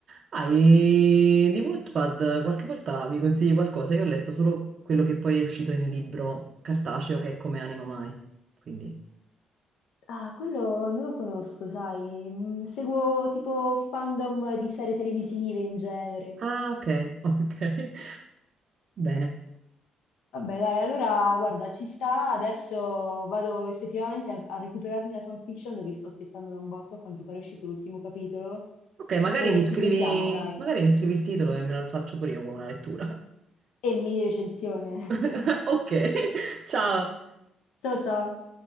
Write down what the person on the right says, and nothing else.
Ah, e di Wattpad qualche volta mi consigli qualcosa? Io ho letto solo quello che poi è uscito in libro cartaceo che è Come Anima Mai. Quindi.
Ah, ok, ok. <laughs> Bene.
Ok, magari
mi scrivi,
magari mi scrivi il titolo e me lo faccio pure io con una lettura.
<laughs> Ok, <laughs> ciao.